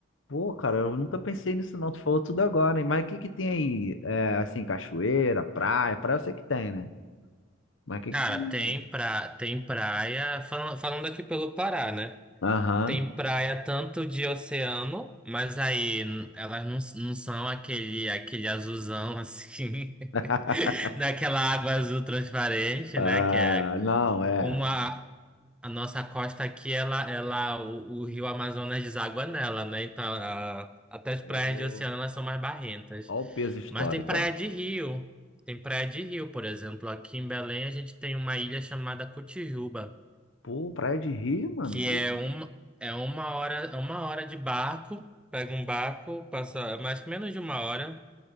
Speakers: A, on the left; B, in the centre.
A: Pô, cara, eu nunca pensei nisso, não. Tu falou tudo agora, hein? Mas o que que tem aí? É, assim, cachoeira, praia. Praia eu sei que tem, né? Mas o que
B: Cara,
A: que.
B: tem, pra, tem praia, falando, falando aqui pelo Pará, né?
A: Aham.
B: Tem praia tanto de oceano, mas aí n- elas não, s- não são aquele, aquele azulzão, assim,
A: <laughs>
B: <laughs> daquela água azul transparente,
A: Ah,
B: né? Que é
A: não, é.
B: Como a, a nossa costa aqui, ela, ela, o, o rio Amazonas deságua nela, né? Então, a- até as
A: Pô.
B: praias de oceano, elas são mais barrentas.
A: Olha o peso histórico,
B: Mas tem praia
A: ó.
B: de rio. Tem praia de rio, por exemplo. Aqui em Belém, a gente tem uma ilha chamada Cotijuba,
A: Pô, Praia de Rio, mano.
B: que
A: Que
B: é
A: isso?
B: uma, é uma hora, é uma hora de barco. Pega um barco, passa é mais menos de uma hora,